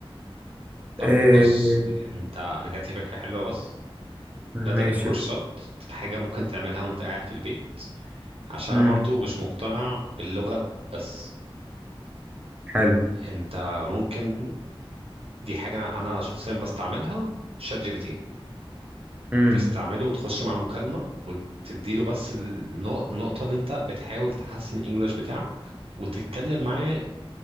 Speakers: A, on the right (about 75°); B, on the right (about 15°).
A: طب
B: آه،
A: بص انت انا جات لي فكره حلوه بس
B: ماشي
A: بدل الكورسات حاجه ممكن تعملها وانت قاعد في البيت عشان
B: مم.
A: انا برضو مش مقتنع باللغه بس
B: حلو
A: انت ممكن دي حاجة أنا شخصيا بستعملها شات جي بي تي
B: امم
A: تستعمله وتخش مع مكالمة وتديله بس النو- النقطة إن أنت بتحاول تحسن الإنجليش بتاعك وتتكلم معاه